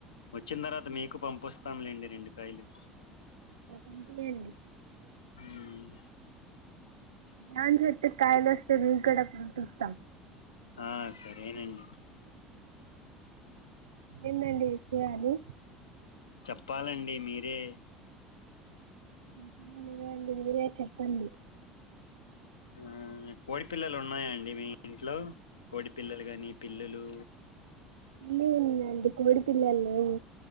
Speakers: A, on the left; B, on the right.
A: వచ్చిన తర్వాత మీకు పంపిస్తాంలేండి రెండు కాయలు
B: <inaudible>
A: ఉమ్
B: జామ చెట్టు కాయలు వస్తే మీ కూడా పంపిస్తాం
A: ఆ సరేనండి
B: ఏంటండి విషయాలు
A: చెప్పాలండి మీరే
B: <unintelligible> మీరే చెప్పండి
A: ఆ కోడి పిల్లలు ఉన్నాయా అండి మీ ఇంట్లో కోడి పిల్లలు గాని పి పిల్లలు
B: ఉన్నాయండీ అంటే కోడిపిల్లలు లేవు